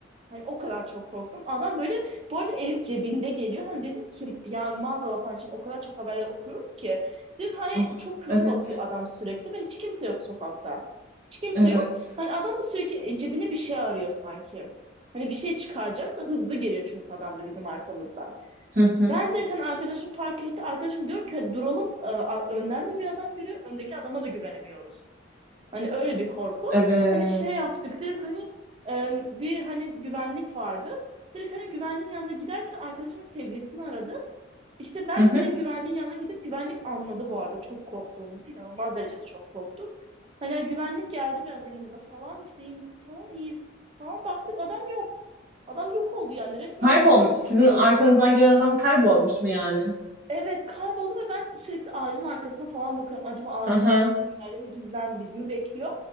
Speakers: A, on the right (about 30°); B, on the right (about 45°).
A: Hani o kadar çok korktum. Adam böyle bu arada el cebinde geliyor. Hani dedim ki ya maazallah falan şimdi o kadar çok haberler okuyoruz ki. Dedim hani
B: Ah,
A: çok kötü
B: evet.
A: bakıyor adam sürekli ve hiç kimse yok sokakta. Hiç kimse
B: Evet.
A: yok. Hani adam da sürekli cebine bir şey arıyor sanki. Hani bir şey çıkaracak da hızlı geliyor çünkü adam da bizim arkamızdan.
B: Hı hı.
A: Ben direkt hani arkadaşım fark etti. Arkadaşım diyorum ki "Hadi duralım. Ee, a- Önden de bir adam görüyor. Öndeki adama da güvenemiyoruz. Hani öyle bir korku.
B: Evet.
A: Hani şey yaptık. Direkt hani e, bir hani güvenlik vardı. Direkt hani güvenliğin yanına giderken arkadaşımın sevgilisini aradı. İşte ben
B: Hı hı.
A: direkt güvenliğin yanına gidip güvenlik anladı bu arada. Çok korktuğumuz. inanılmaz derecede çok korktuk. Hani güvenlik geldi biraz yanımıza falan. İşte iyi misiniz falan. iyiyiz falan. Baktık adam yok. Adam yok oldu yani. Resmen
B: Kaybolmuş.
A: sanki uçtu.
B: Sizin arkanızdan gelen adam kaybolmuş mu yani?
A: Evet kayboldu ve ben sürekli ağacın arkasına falan bakıyorum. Acaba ağacın
B: Hı hı.
A: arkasında bir yerde mi gizlendi, bizi mi bekliyor?